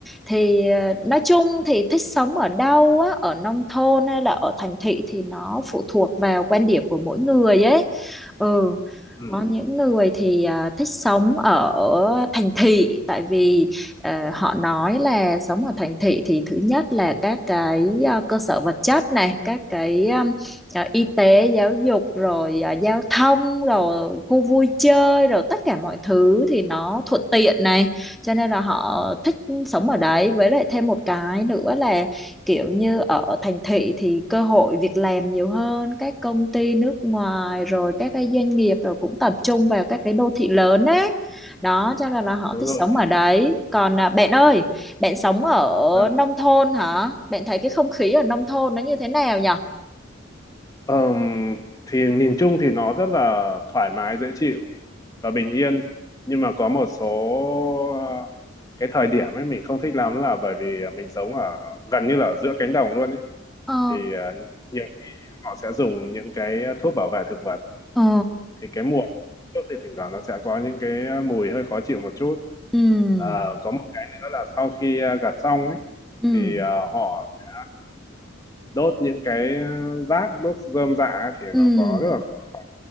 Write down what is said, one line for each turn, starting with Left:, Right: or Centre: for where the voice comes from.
Centre: thì ờ, nói chung thì thích sống ở đâu á, ở nông thôn hay là ở thành thị thì nó phụ thuộc vào quan điểm của mỗi người ấy ừ
Left: ừ,
Centre: có những người thì ờ, thích sống ở thành thị tại vì ờ, họ nói là sống ở thành thị thì thứ nhất là các cái ờ, cơ sở vật chất này các cái um, ờ, y tế giáo dục rồi ờ, giao thông rồi khu vui chơi rồi tất cả mọi thứ thì nó thuận tiện này cho nên là họ thích sống ở đấy với lại thêm một cái nữa là kiểu như ở thành thị thì cơ hội việc làm nhiều hơn các công ty nước ngoài rồi các cái doanh nghiệp rồi cũng tập trung vào các cái đô thị lớn ấy đó cho nên là họ
Left: đúng
Centre: thích
Left: rồi.
Centre: sống ở đấy còn à, bạn ơi bạn sống ở
Left: À,
Centre: nông thôn hả bạn thấy cái không khí ở nông thôn nó như thế nào nhở
Left: Ờm, thì nhìn chung thì nó rất là thoải mái dễ chịu và bình yên nhưng mà có một số ờ, cái thời điểm ấy mình không thích lắm là bởi vì ờ, mình sống ở gần như là ở giữa cánh đồng luôn ấy
Centre: ờ
Left: thì ờ, nhiều khi họ sẽ dùng những cái ờ, thuốc bảo vệ thực vật
Centre: ờ
Left: thì cái mùa trước thì thỉnh thoảng nó sẽ có những cái ờ, mùi hơi khó chịu một chút
Centre: ừ
Left: Ờ, có một cái nữa là sau khi ờ, gặt xong ấy
Centre: ừ
Left: thì ờ, họ sẽ đốt những cái ờ, rác đốt rơm rạ ấy, thì
Centre: ừ
Left: nó có rất là khó